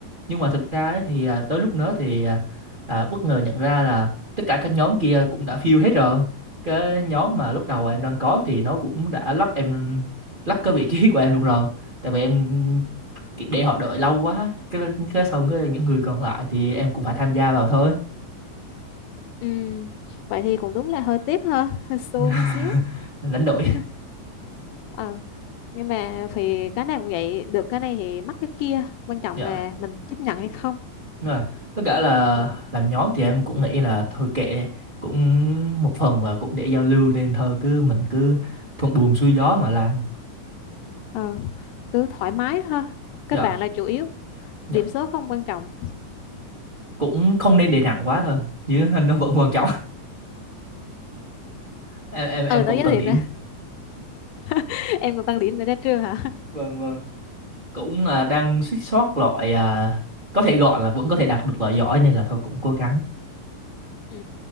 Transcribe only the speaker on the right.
nhưng mà thực ra ấy, thì à, tới lúc đó thì à, à, bất ngờ nhận ra là tất cả các nhóm kia cũng đã fill hết rồi cái nhóm mà lúc đầu em đang có thì nó cũng đã lắp em lắp cái vị trí của em luôn rồi tại vì em để họ đợi lâu quá cái cái xong cái những người còn lại thì em cũng phải tham gia vào thôi
<laughs>
đánh đổi
dạ
Nhưng mà tất cả là
làm nhóm thì em cũng nghĩ là thôi kệ đi cũng một phần là cũng để giao lưu nên thôi cứ mình cứ thuận buồm xuôi gió mà làm
dạ
dạ
cũng không nên để nặng quá thôi chứ <laughs> nó vẫn quan trọng em em em
cũng
cần
điểm
vâng vâng cũng à, đang suýt soát loại à, có thể gọi là vẫn có thể đạt được loại giỏi nên là thôi cũng cố gắng